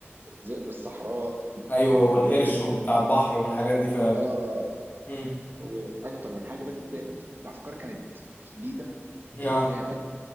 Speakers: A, on the right; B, on the left.
A: ذئب الصحراء
B: ايوه
A: ولرامز
B: والقرش وبتاع البحر والحاجات دي فعلا
A: آه
B: هم.
A: وأكتر من حاجة بس الأفكار كانت شديدة
B: آه.
A: وفيها فكر